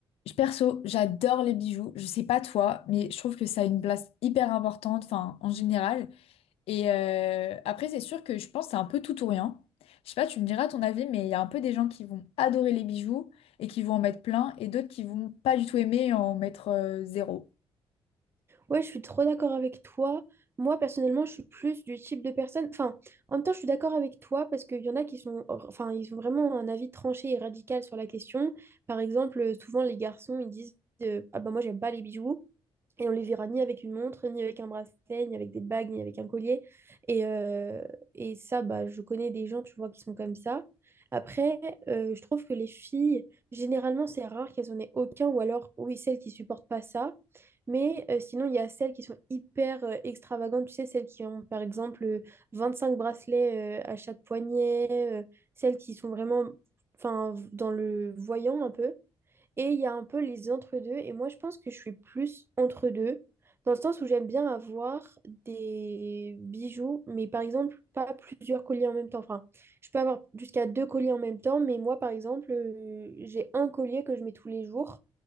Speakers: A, on the left; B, on the right.
A: Je- Perso, j'adore les bijoux. Je sais pas toi, mais je trouve que ça a une place hyper importante, enfin, en général. Et euh, après, c'est sûr que je pense que c'est un peu tout ou rien. Je sais pas, tu me diras ton avis, mais il y a un peu des gens qui vont adorer les bijoux et qui vont en mettre plein, et d'autres qui vont pas du tout aimer et en mettre euh, zéro.
B: Ouais, je suis trop d'accord avec toi. Moi, personnellement, je suis plus du type de personne. Enfin, en même temps, je suis d'accord avec toi parce qu'il y en a qui sont, enfin, ils ont vraiment un avis tranché et radical sur la question. Par exemple, euh, souvent, les garçons, ils disent euh, Ah ben, moi, j'aime pas les bijoux. Et on les verra ni avec une montre, ni avec un bracelet, ni avec des bagues, ni avec un collier. Et, euh, et ça, bah, je connais des gens, tu vois, qui sont comme ça. Après, euh, je trouve que les filles, généralement, c'est rare qu'elles en aient aucun, ou alors, oui, celles qui supportent pas ça. Mais euh, sinon, il y a celles qui sont hyper euh, extravagantes, tu sais, celles qui ont, par exemple, euh, 25 bracelets euh, à chaque poignet, euh, celles qui sont vraiment, enfin, dans le voyant un peu. Et il y a un peu les entre-deux. Et moi, je pense que je suis plus entre-deux, dans le sens où j'aime bien avoir des bijoux, mais par exemple, pas plusieurs colliers en même temps. Enfin, je peux avoir jusqu'à deux colliers en même temps, mais moi, par exemple, euh, j'ai un collier que je mets tous les jours.